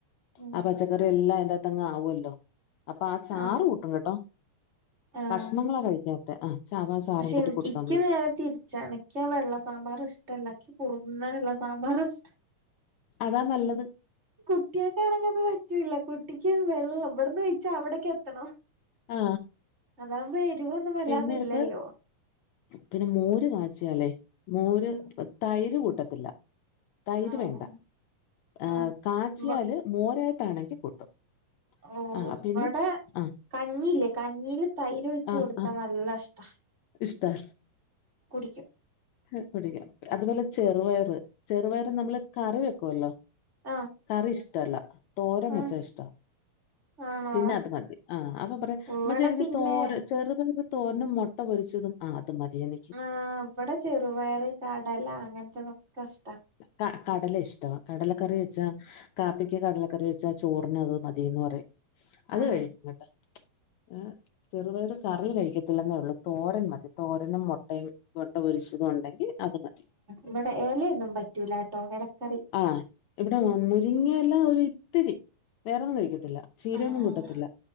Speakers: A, on the right; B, on the left.
A: ഉം
B: ആ പച്ചക്കറി എല്ലാം എറത്ത്ങ് ആവുമല്ലോ? അപ്പൊ ആ ചാറ്
A: ആഹ്
B: കൂട്ടും കേട്ടോ
A: ആഹ്
B: കഷ്ണങ്ങളാ കഴിക്കാത്ത ആ ചാ ചാറും
A: പക്ഷെ
B: കൂട്ടി
A: എനിക്ക്
B: കൊടുത്താൽ
A: ഇക്ക്
B: മതി
A: നേരെ തിരിച്ചാണ്. ഇക് ആവെള്ള സാമ്പാർ ഇഷ്ടമല്ലാ ഇക്ക് കുറുന്നാനുള്ള സാമ്പാർ ഇഷ്ടം.
B: അതാ നല്ലത്.
A: കുട്ടിയക്കൊണെങ്കിൽ അത് പറ്റൂല്ല കുട്ടിക്ക് അത് വെള്ളം എവിടന്ന് കഴിച്ച അവിടേക്ക് എത്തണം
B: ആ
A: അതാവുപോ എരുവൊന്നും. മല്ലാതൊഇല്ലല്ലോ.
B: പിന്നെ എടുത്ത് പിന്നെ മോര് കാച്ചിയാലേ മോര്
A: ഉം
B: തൈര് കൂട്ടത്തില്ല. തൈര്
A: ആഹ്
B: വേണ്ട. ഏർ
A: ആഹ്
B: കാച്ചിയാല്
A: ഇവ
B: മോരായിട്ടാണെങ്കിൽ കൂട്ടും.
A: ഓ
B: ആ പിന്നെ
A: വടെ
B: ആ
A: കഞ്ഞില്ലേ കഞ്ഞിയില് തൈര് ഒഴിച്ചു
B: ആ
A: കൊടുത്താ
B: ആ
A: നല്ല ഇഷ്ട
B: ഇഷ്ട
A: കുടിക്കും
B: ഹെ കുടിക്കും. അതുപോലെ ചെറുപയറ് ചെറുപയർ നമ്മള് കറി വെക്കുവല്ലോ?
A: ആഹ്
B: കറി ഇഷ്ടല്ല തോരം
A: ആഹ്
B: വെച്ചാഇഷ്ടാ
A: ആണോ
B: പിന്നെ അത് മതി. ആഹ് അപ്പൊപറിം
A: ഇവിടെ
B: മ്മചേയ് എനിക്ക്
A: പിന്നെ
B: തോരൻ ചെറുപരിപ്പ് തോരനും മുട്ട പൊരിച്ചതും ആ അത് മതിയാനി
A: ആഹ് ഇവടെ ചെറുപയറ് കടല അങ്ങനത്തെതൊക്കെ ഇഷ്ടാ
B: ക കടല ഇഷ്ടാ കടല കറിവെച്ചാ കാപ്പിക്ക് കടലക്കറി വെച്ചാ ചോറിനത് മതിന്ന് പറയും. അത്
A: ഉം
B: കഴിക്കും കെട്ടോ എ ചെറുപയറ് കറി കഴിക്കത്തില്ലെന്നേ ഉള്ളൂ. തോരൻ മതി. തോരനും മുട്ടയും മുട്ടപൊരിച്ചതുംഉണ്ടെങ്കിൽ അത് മതി.
A: ഇവടെ എലയൊന്നും പറ്റൂല്ലാട്ടോ എലക്കറി
B: ആഹ് ഇവിടെ മുരിങ്ങല ഒരിത്തിരി വേറൊന്നും കഴിക്കത്തില്ല. ചീരയൊന്നും
A: ആഹ്
B: കൂട്ടത്തില്ല